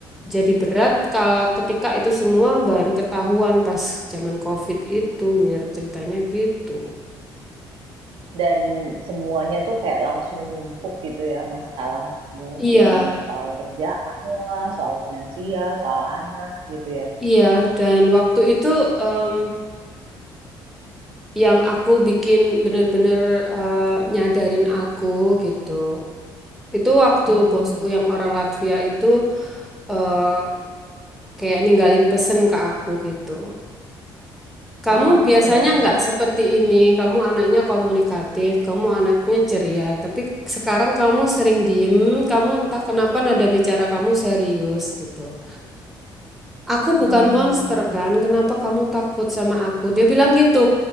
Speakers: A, in the centre; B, on the right.
A: jadi berat kalau ketika itu semua baru ketahuan pas zaman COVID itu, Mir, ceritanya gitu.
B: Dan semuanya tuh kayak langsung numpuk gitu ya masalahmu
A: Iya,
B: yang soal kerjaan lah, soal finansial, soal anak gitu ya.
A: iya. Dan waktu itu em, yang aku bikin bener-bener eh, nyadarin aku gitu. Itu waktu
B: Mm-mm.
A: bosku yang orang Latvia itu eh, kayak ninggalin pesen ke aku gitu. Kamu
B: Heeh,
A: biasanya
B: ninggalin pesan
A: nggak
B: apa?
A: seperti ini. Kamu anaknya komunikatif, kamu anaknya ceria. Tapi sekarang kamu sering diem, kamu entah kenapa nada bicara kamu serius gitu. Aku
B: Hmm,
A: bukan monster kan, kenapa kamu takut sama aku? Dia bilang gitu.